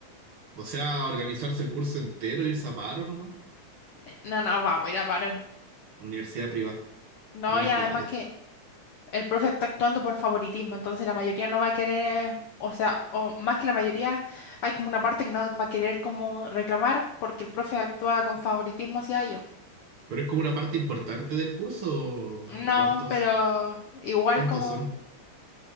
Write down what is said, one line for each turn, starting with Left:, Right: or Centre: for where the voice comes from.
Right: O sea, organizarse el curso entero, irse a paro nomás.
Left: Eh, No, no, vamos, mira, paro.
Right: Universidad privada.
Left: No,
Right: Buenos
Left: y además
Right: cobardes.
Left: que el profe está actuando por favoritismo, entonces la mayoría no va a querer, o sea, o más que la mayoría, hay como una parte que no va a querer como reclamar porque el profe actúa con favoritismo hacia ellos.
Right: Pero es como una parte importante del curso, ¿o
Left: No,
Right: o cuántos?
Left: pero igual
Right: ¿Cuántos
Left: como,
Right: son?